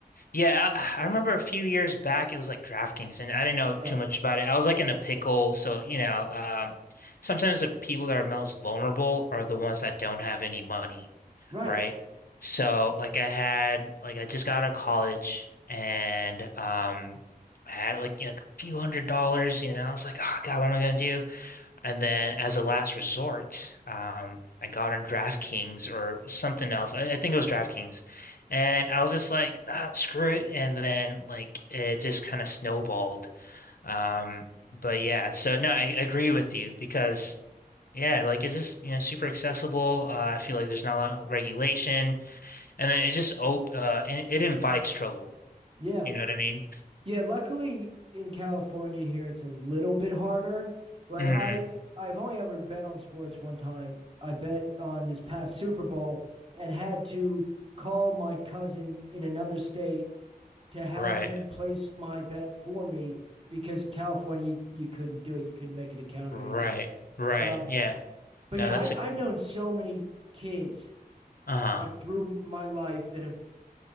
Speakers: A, on the left (about 70°); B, on the right (about 35°).
A: yeah, I
B: Okay.
A: I remember a few years back it was like DraftKings, and I didn't know
B: Yeah.
A: too much about it. I was like in a pickle, so you know, um, sometimes the people that are most vulnerable are the ones that don't have any money,
B: Right.
A: right? So like I had like I just got out of college and um I had like you know a few hundred dollars, you know, I was like, oh God, what am I gonna do? And then as a last resort, um, I got on DraftKings or something else. I, I think it was DraftKings. And I was just like, ah, screw it. And then like it just kind of snowballed. Um, but yeah, so no, I agree with you because yeah, like it's just, you know, super accessible. Uh, I feel like there's not a lot of regulation. And then it just op uh it, it invites trouble.
B: Yeah.
A: You know what I mean?
B: Yeah. Luckily in California here, it's a little bit harder. Like
A: Mm,
B: I, I've only ever bet on sports one time. I bet on this past Super Bowl and had to call my cousin in another state to have
A: right,
B: him place my bet for me because California, you, you couldn't do it. You couldn't make it a count
A: right,
B: or anything.
A: right.
B: Um,
A: Yeah.
B: but
A: No,
B: yeah,
A: that's
B: I,
A: a good.
B: I've known so many kids
A: uh-huh.
B: like through my life that have,